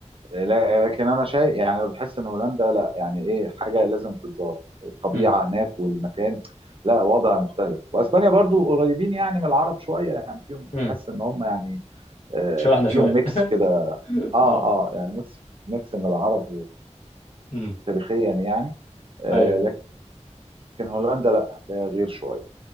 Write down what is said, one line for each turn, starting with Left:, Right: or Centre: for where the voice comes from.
Right: آه، لا- آه، لكن انا شايف يعني أنا بحس ان هولندا لا يعني ايه حاجه لازم تتزار الطبيعه
Left: مم.
Right: هناك والمكان لا وضع مختلف واسبانيا برضو قريبين يعني من العرب شويه يعني فيهم
Left: مم.
Right: تحس ان هم يعني آه،
Left: شبهنا
Right: فيهم
Left: شوية
Right: ميكس كده
Left: <laughs>
Right: اه
Left: اه
Right: اه يعني ميكس ميكس من العرب
Left: مم.
Right: تاريخيا يعني آه،
Left: ايوه
Right: لكن هولندا لا هتلاقيها غير شويه